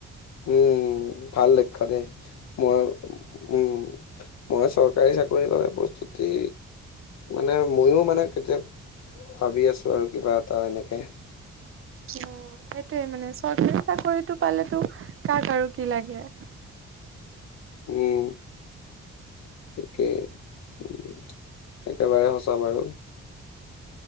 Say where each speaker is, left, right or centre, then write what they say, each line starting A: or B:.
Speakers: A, on the left; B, on the right.
A: উম ভাল লক্ষয় দেই, মই উম। মই চৰকাৰী চাকৰিৰ বাবে প্ৰস্তুতি, মানে ময়ো মানে কেতিয়। ভাবি আছো আৰু কিবা এটা এনেকে।
B: অ সেইটোৱে মানে চৰকাৰী চাকৰিতটো পালেতো কাক আৰু কি লাগে।
A: উম, সিকেই। একেবাৰে সঁচা বাৰু।